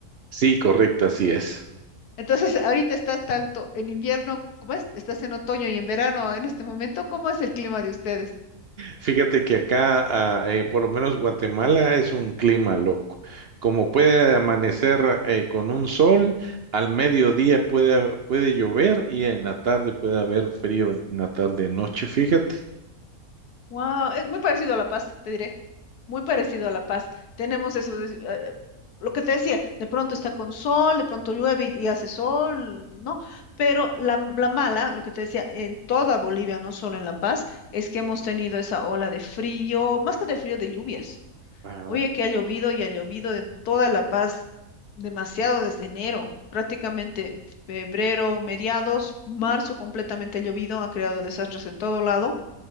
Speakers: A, on the right; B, on the left.
A: Sí, correcto, así es.
B: Entonces, <laughs> ahorita estás tanto en invierno, cómo es? Estás en otoño y en verano en este momento. ¿Cómo es el clima de ustedes?
A: Fíjate que acá, ah, eh, por lo menos Guatemala, es un clima loco. Como puede amanecer eh, con un sol, al mediodía puede, puede llover y en la tarde puede haber frío, en la tarde, noche, fíjate.
B: Wow, es muy parecido a La Paz, te diré. Muy parecido a La Paz. Tenemos eso, de- eh, lo que te decía, de pronto está con sol, de pronto llueve y y hace sol, ¿no? Pero la, la mala, lo que te decía, en toda Bolivia, no solo en La Paz, es que hemos tenido esa ola de frío, más que de frío, de lluvias.
A: Ah,
B: Oye, que ha llovido y ha llovido en toda La Paz demasiado desde enero, prácticamente febrero, mediados, marzo completamente ha llovido, ha creado desastres en todo lado